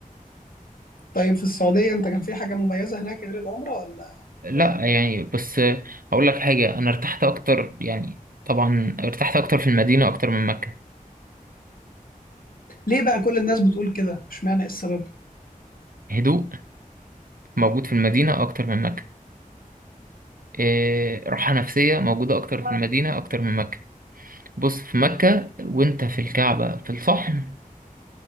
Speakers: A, on the left; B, on the right.
A: طيب في السعوديه انت كان في حاجه مميزه هناك غير العمره ولا
B: لا
A: ولا لا
B: يعني بس اقول لك حاجه انا ارتحت اكتر يعني طبعا ارتحت اكتر في المدينه اكتر من مكه
A: ليه بقى كل الناس بتقول كده اشمعنى ايه السبب
B: هدوء موجود في المدينه اكتر من مكه إيه راحه نفسيه موجوده اكتر في المدينه اكتر من مكه بص في مكه وانت في الكعبه في الصحن